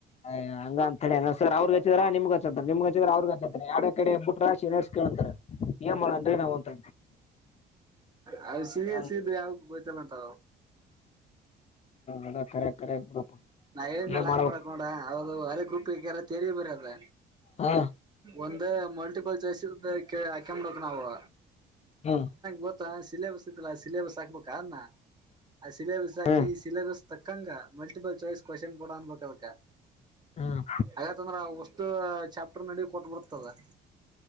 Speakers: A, on the left; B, on the right.
A: ಯ ಹಂಗ ಅಂತ ಹೇಳಿರ್ ಅವ್ರಗ್ ಹಚ್ಚಿದರ ನಿಮ್ಗ ನಿಮ್ ಹ ಅವ್ರಗ ಅಂತಾರೆ ಯರಡ ಕಡೆ ಬಿಟ್ಟ್ರಾಿಏನಸ್ಕ ಕಂತಾರೆ ಏ ಮಾಡ ಅಂದ್ರೆ ನಾ್ ಅಂತ
B: ಹ ಸ
A: ಹಂಗ
B: ಸಿದ್ರೆ ಯಾವ ಗತಲ್ಲ ಅಂತ
A: ಅದ ಕರೆ ಕರೆ ಬಿಡಪ್ಪ
B: ನಾ ಹೇಳ್ಮೇಲೆ
A: ಏನ್
B: ಹಂಗ್
A: ಮಾಡ್ಬೇಕು
B: ಮಾಡಕ್ ಹೌದು ಅರೆ ಗಪಲ್ಲ ತೆರಿ ಬರದ
A: ಹಾ
B: ಒಂದ ಮಲ್ಟಿಪಲ್ ಚಸ ಹಾಕಂಬಡಕ್ ನವು
A: ಹಾಂ
B: ಗೊತ್ತಾ ಸಿಲೆಬಸ್ ಇತ್ತಲ್ಲ ಸಿಲೆೇಬಸ್ ಹಾಕ್ಬೇಕ ಅನ್ನ ಆ ಸಿಲೆಬಸ್ ಹಾಕಿ
A: ಹ್ಮ್
B: ಸಿಲೆಬಸ್ ತಕ್ಕಂಗ ಮಲ್ಟಿಪಲ್ ಚಾಯ್ಸ್ ಕ್ವಶನ್ ಕೂಡ ಅನ್ಬೇಕದಕ
A: ಹ್ಮ್
B: ಹಾಗಂದ್ರ ಹ ಚಾಪ್ಟರ್ ನಡ ಕೊಟ್ಟುಬಿಡ್ತದೆ